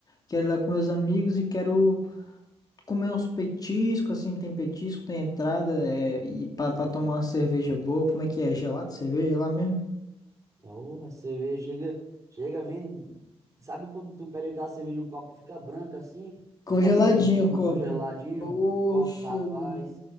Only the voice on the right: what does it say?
Porra, a cerveja chega, chega, vem. Sabe quando tu pede aquela cerveja, e o copo fica branco assim?
O copo que eles deixam
no
congeladinho,
o copo, rapaz,